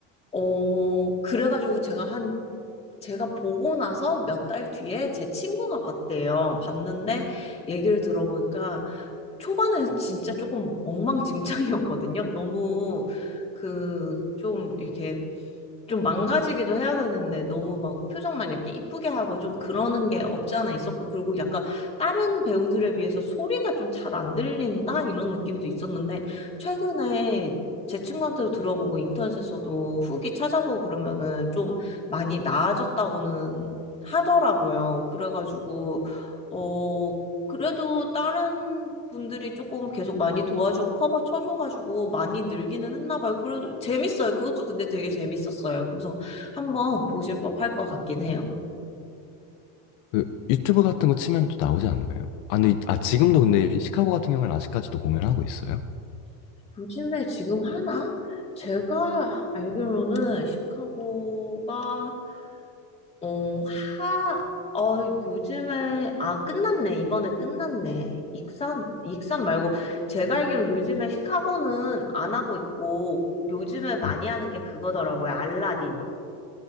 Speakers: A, on the left; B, on the left.
A: 어, 그래가지고 제가 한, 제가 보고 나서 몇 달 뒤에 제 친구가 봤대요. 봤는데 얘기를 들어보니까 초반엔 진짜 조금 엉망진창이었거든요. 너무 그 좀 이렇게 좀 망가지기도 해야 되는데 너무 막 표정만 이렇게 이쁘게 하고 좀 그러는 게 없지 않아 있었고 그리고 약간 다른 배우들에 비해서 소리가 좀 잘 안 들린다 이런 느낌도 있었는데 최근에 제 친구한테도 들어보고 인터넷에서도 후기 찾아보고 그러면은 좀 많이 나아졌다고는 하더라고요. 그래가지고 어 그래도 다른 분들이 조금 계속 많이 도와주고 커버 쳐줘가지고 많이 늘기는 했나 봐요. 그래도 재밌어요. 그것도 근데 되게 재밌었어요. 그래서 한번 보실 법할 것 같긴 해요.
B: 그, 유튜브 같은 거 치면 또 나오지 않나요? 아, 근데, 이- 아, 지금도 근데 시카고 같은 경우는 아직까지도 공연하고 있어요?
A: 요즘에 지금 하나? 제가 알기로는 시카고가 어, 하, 어, 요즘에 아 끝났네. 이번에 끝났네. 익산 익산 말고 제가 알기로 요즘에 시카고는 안 하고 있고 요즘에 많이
B: 음.
A: 하는 게 그거더라고요. 알라딘.